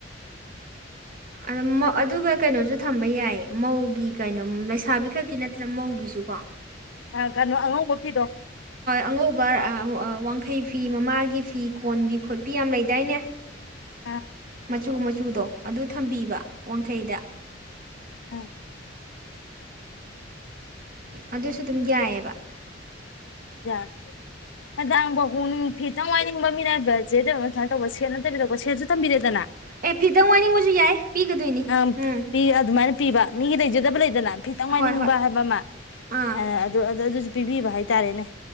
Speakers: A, on the right; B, on the left.
A: ꯑ ꯑꯗꯨꯒ ꯀꯩꯅꯣꯁꯨ ꯊꯝꯕ ꯌꯥꯏ ꯃꯧꯒꯤ ꯀꯩꯅꯣ ꯂꯩꯁꯥꯕꯤ ꯈꯛꯀꯤ ꯅꯠꯇꯅ ꯃꯧꯒꯤꯁꯨ ꯀꯣ
B: ꯑ ꯀꯩꯅꯣ ꯑꯉꯥꯡꯧꯕ ꯐꯤꯗꯣ
A: ꯑꯉꯧꯕ ꯋꯥꯡꯈꯩ ꯐꯤ ꯃꯃꯥꯒꯤ ꯐꯤ ꯀꯣꯟꯕꯤ ꯈꯣꯠꯄꯤ ꯌꯥꯝ ꯂꯩꯗꯥꯏꯅꯦ
B: ꯑꯥ
A: ꯃꯆꯨ ꯃꯆꯨꯗꯣ ꯑꯗꯨ ꯊꯝꯕꯤꯕ ꯋꯥꯡꯈꯩꯗ
B: ꯎꯝ
A: ꯑꯗꯨꯁꯨ ꯑꯗꯨꯝ ꯌꯥꯏꯑꯕ
B: ꯌꯥꯦ ꯍꯗꯥꯡꯕ ꯍꯣꯡꯅꯤꯡ ꯐꯤꯇꯪ ꯋꯥꯏꯅꯤꯡꯕ ꯃꯤꯅꯥꯏꯕꯁꯦ ꯀꯩꯅꯣ ꯁꯨꯃꯥꯏꯅ ꯇꯧꯕ ꯁꯦ ꯅꯠꯇꯕꯤꯗꯀꯣ ꯁꯦꯟꯁꯨ ꯊꯝꯕꯤꯔꯦꯗꯅ
A: ꯑꯦ ꯐꯤꯗꯪ ꯋꯥꯏꯅꯤꯡꯕꯁꯨ ꯌꯥꯏ ꯄꯤꯒꯗꯣꯏꯅꯤ
B: ꯑ
A: ꯎꯝ
B: ꯄꯤ ꯑꯗꯨ ꯃꯥ ꯄꯤꯕ ꯃꯤꯒꯤ ꯂꯩꯖꯗꯕ ꯂꯩꯗꯅ ꯐꯤꯇꯪꯉꯥꯏꯅꯤꯡꯕ
A: ꯍꯣꯏ ꯍꯣꯏ
B: ꯍꯥꯏꯕ ꯑꯃ
A: ꯑꯥ
B: ꯑꯗꯨ ꯄꯤꯕꯤꯕ ꯍꯥꯏꯇꯥꯔꯦꯅꯦ